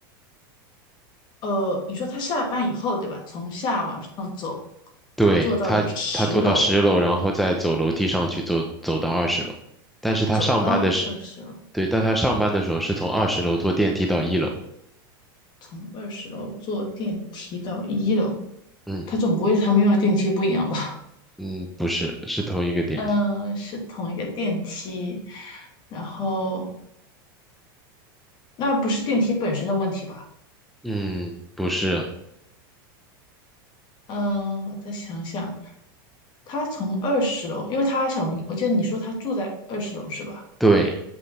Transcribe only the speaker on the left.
呃，你说他下了班以后，对吧？从下往上走，
坐到了十楼，
走到二十楼，
从二十楼坐电梯到一楼。
他总不会是他们用的电梯不一样吧？
<laughs> 嗯、呃是同一个电梯，然后那不是电梯本身的问题吧？
嗯，我再想想，他从二十楼，因为他小明，我记得你说他住在二十楼是吧？